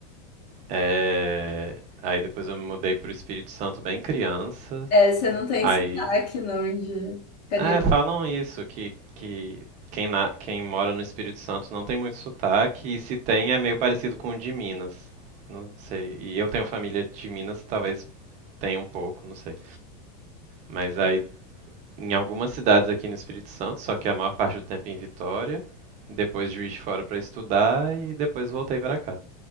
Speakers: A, on the right; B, on the left.
A: é... aí depois eu me mudei pro Espírito Santo bem criança,
B: É, você não tem
A: aí
B: sotaque, não, de carioca.
A: É, falam isso, que, que quem, na- quem mora no Espírito Santo não tem muito sotaque, e se tem é meio parecido com o de Minas. Não sei. E eu tenho família de Minas, talvez tenha um pouco, não sei. Mas aí, em algumas cidades aqui no Espírito Santo, só que a maior parte do tempo em Vitória, depois Juiz de Fora pra estudar e depois voltei pra cá,